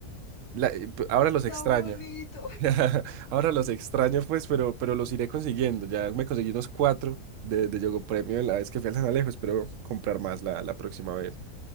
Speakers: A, on the right; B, on the left.
A: La- eh, ahora los extraño.
B: Tan bonito. <laughs>
A: <laughs> Ahora los extraño, pues, pero, pero los iré consiguiendo. Ya me conseguí unos cuatro de, de Yogo Premio la vez que fui al San Alejo. Espero comprar más la, la próxima vez.